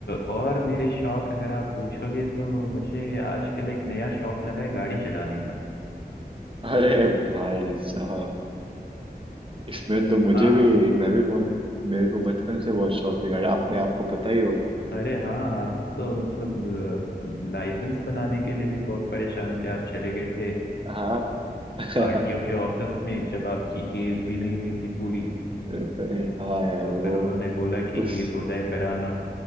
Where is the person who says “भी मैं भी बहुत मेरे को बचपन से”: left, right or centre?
Right